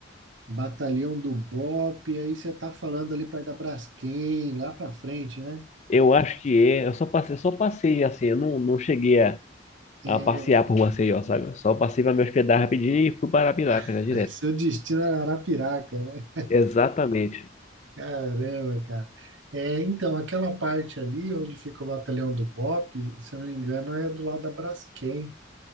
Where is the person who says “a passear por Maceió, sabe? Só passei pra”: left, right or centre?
Left